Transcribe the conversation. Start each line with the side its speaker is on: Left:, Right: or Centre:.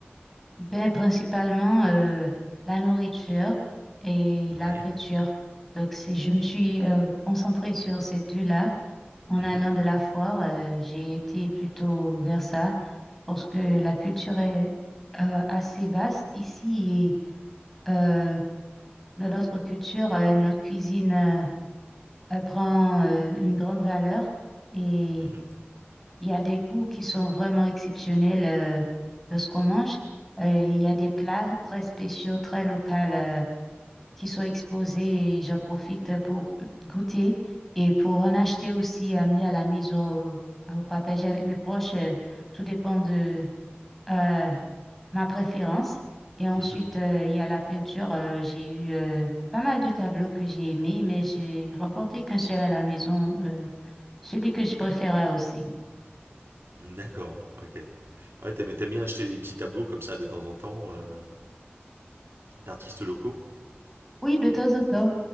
Centre: Ben, principalement euh, la nourriture et
Right: Ouais.
Centre: la peinture. Donc, si je me suis euh, concentrée sur ces deux-là en
Right: Mhm,
Centre: allant de la foire, euh, j'ai été plutôt vers ça parce que la culture est euh, assez vaste ici et euh, dans notre culture, euh, notre cuisine euh, euh, prend euh, une grande valeur et
Right: mhm,
Centre: il y a des goûts qui sont vraiment exceptionnels euh, de ce qu'on mange. Euh, il y a des plats très spéciaux, très locaux euh, qui sont exposés et j'en profite pour goûter et pour en acheter aussi, amener à la maison euh, ou partager avec mes proches. euh, tout dépend de euh, ma préférence. Et ensuite,
Right: mhm.
Centre: euh, il y a la peinture. euh, j'ai eu euh, pas mal de tableaux que j'ai aimés, mais j'ai remporté qu'un seul à la maison, euh, celui que je préférais aussi.
Right: D'accord, ok. Ouais, t'aimes, t'aimes bien acheter des petits tableaux comme ça de temps en temps, euh, d'artistes locaux?
Centre: Oui, de temps en temps,